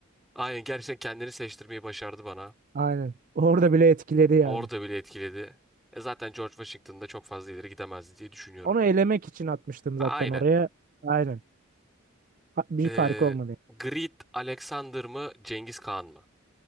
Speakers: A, in the centre; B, on the right.
A: aynen gerçekten kendini seçtirmeyi başardı bana.
B: aynen. Orada bile etkiledi yani.
A: Orada bile etkiledi. E zaten George Washington'da çok fazla ileri gidemezdi diye düşünüyorum.
B: Onu elemek için atmıştım
A: Aynen.
B: zaten oraya. Aynen. Ha- Bir
A: Ee,
B: fark olmadı.
A: Grit Alexander mı Cengiz Khan mı?